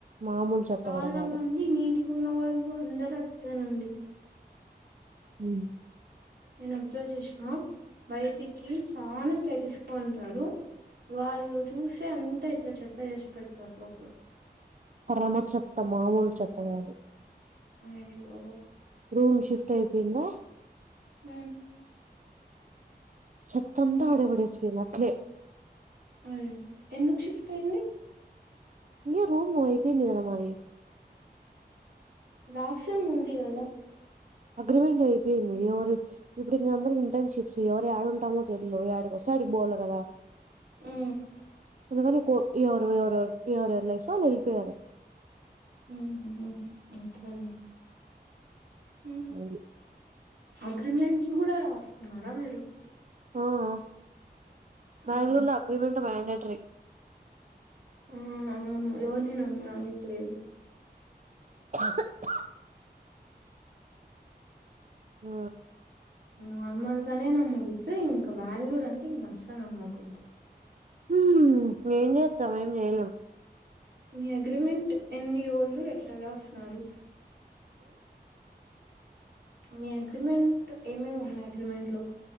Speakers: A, on the right (about 50°); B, on the right (about 85°).
A: మామూలు చెత్త
B: చాలా
A: కూడా కాదు
B: మంది నీటిగా ఉన్న వాళ్ళు అందరు అట్లేనండి
A: ఉమ్మ్
B: ఇన టీలో చూసినా బయటికి కీ చాలా స్టైలిష్ గా ఉంటారు వాళ్ళు చూసే అంత ఇట్లా చెత్త చేసి పెడతారు లోపల
A: పరమ చెత్త మామూలు చెత్త తాకదు
B: అయ్యో
A: రూమ్ షిఫ్ట్ అయిపోయిందా
B: ఉమ్మ్
A: చెత్తంతా ఆడ పడేసిపోయింది అట్లే
B: అ ఎందుకు షిఫ్ట్ అయ్యింది
A: ఇ రూమ్ అయిపోయింది కదా మరి
B: రాక్షం ఉంది కదా
A: అగ్రిమెంట్ అయిపోయింది ఎవరు ఇప్పుడుకా అందరు ఇంటర్న్షిప్స్ ఎవరు ఏడు ఉంటామో తెల్ ఏడికి వస్తే అడికి పోవలే కదా
B: ఊ
A: అందుకనీ కో ఎవరు ఎవరు ఎవరు <unintelligible> వెలిపోయారు
B: ఉ మంచిపని ఊ
A: అవును
B: ఆ క్రింది నుంచి కూడా కున్నారా మీరు
A: ఆఆ బెంగళూరులో
B: ఆహా
A: అగ్రిమెంట్ ఫుడ్ మ్యాండెట్రీ
B: హు అవును ఎవోర్ని నమ్మడానికి లేదు
A: <inaudible> ఆ
B: మాముల్గానె నమ్మకపోతే ఇంక బ్యాంగ్లూర్ అంటె ఇంక అస్సల్ నమ్మగూడదు
A: హుమ్ ఏం చేత్తం ఏం చెయ్యలేం
B: మీ అగ్రిమెంట్ ఎన్ని రోజులు ఎట్లాగా వస్తున్నారు మీ అగ్రిమెంట్ ఏమేమి ఉన్నాయి అగ్రిమెంట్ లో